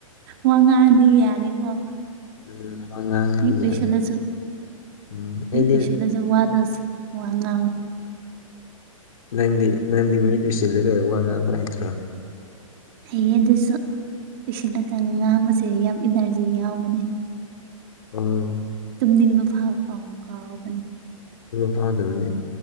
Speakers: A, on the right (about 45°); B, on the left (about 75°).
A: ꯋꯥ ꯉꯥꯡꯉꯗꯤ ꯌꯥꯔ‌ꯦꯀ‌ꯣ
B: <unintelligible>
A: ꯃꯤꯠ ꯎꯏꯁꯤꯜꯂꯆꯨ
B: ꯌꯥꯔꯦ ꯎꯝ
A: ꯃꯤꯠ
B: ꯑꯩꯗꯤ
A: ꯎꯏꯁꯤꯜꯂꯁꯨ ꯋꯥꯗ‌ꯣ ꯆ ꯋꯥ ꯉꯥꯡꯉ‌ꯣ
B: ꯅꯪꯗꯤ ꯅꯪꯗꯤ ꯃꯤꯠ ꯎꯏꯁꯤꯜꯂꯒ ꯋꯥ ꯉꯥꯡꯕ ꯍꯩꯇ꯭ꯔꯣ
A: ꯍꯩꯌꯦ ꯑꯗꯨꯁꯨ ꯑꯣꯏꯁꯤꯜꯂꯒ ꯉꯥꯡꯕꯁꯦ ꯌꯥꯝ ꯏꯅꯔꯖꯤ ꯌꯥꯎꯕꯅꯦ
B: ꯎꯝ
A: ꯇꯨꯝꯅꯤꯡꯕ ꯐꯥꯎꯕ ꯀꯥꯎ ꯀꯥꯎꯕꯅꯦ
B: ꯐꯥꯗꯕꯅ‌ꯦ